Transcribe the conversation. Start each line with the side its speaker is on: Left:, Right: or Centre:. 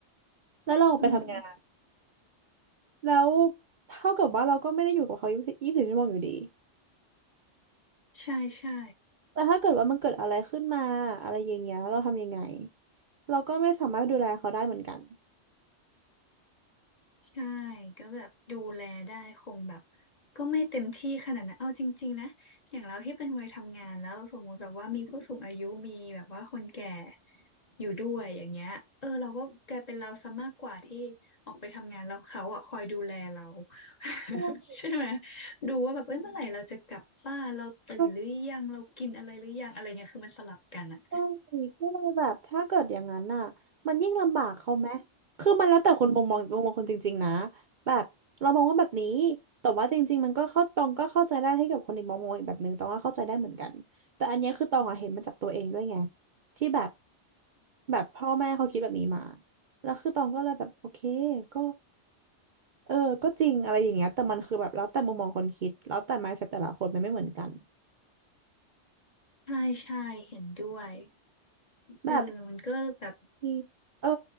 Right: แล้วเราไปทำงาน
Left: อืม
Right: แล้วเท่ากับว่าเราก็ไม่ได้อยู่กับเขายี่สิบสี่ชั่วโมงอยู่ดี
Left: ใช่ใช่
Right: แล้วถ้าเกิดว่ามันเกิดอะไรขึ้นมาอะไรอย่างเงี้ยเราทำยังไงเราก็ไม่สามารถดูแลเขาได้เหมือนกัน
Left: ใช่ก็แบบดูแลได้คงแบบก็ไม่เต็มที่ขนาดนั้นเอาจริงๆนะอย่างเราที่เป็นวัยทำงานแล้วสมมุติแบบว่ามีผู้สูงอายุมีแบบว่าคนแก่อยู่ด้วยอย่างเงี้ยเออเราก็กลายเป็นเราซะมากกว่าที่ออกไปทำงานแล้วเขาอ่ะคอยดูแลเรา <laughs>
Right: ใช่
Left: ใช่ไหมดูว่าแบบเอ้ยเมื่อไหร่เราจะกลับบ้านเราตื่นหรือยังเรากินอะไรหรือยังอะไรเงี้ยคือมันสลับกันอ่ะ
Right: ใช่ก็เลยแบบถ้าเกิดอย่างนั้นน่ะมันยิ่งลำบากเขาไหมคือมันแล้วแต่คนมุมมองมุมมองคนจริงๆนะแบบเรามองว่าแบบนี้แต่ว่าจริงๆมันก็เข้าตองก็เข้าใจได้ให้กับคนอีกมองมองอีกแบบนึงตองก็เข้าใจได้เหมือนกันแต่อันเนี้ยคือตองอะเห็นมาจากตัวเองด้วยไงที่แบบแบบพ่อแม่เขาคิดแบบนี้มาแล้วคือตองก็เลยแบบโอเคก็ เออก็จริงอะไรอย่างเงี้ยแต่มันคือแบบแล้วแต่มุมมองคนคิดแล้วแต่ mindset แต่ละคนมันไม่เหมือนกัน
Left: ใช่ใช่เห็นด้วย
Right: แบบ
Left: เออมันก็แบบ
Right: ที่เออ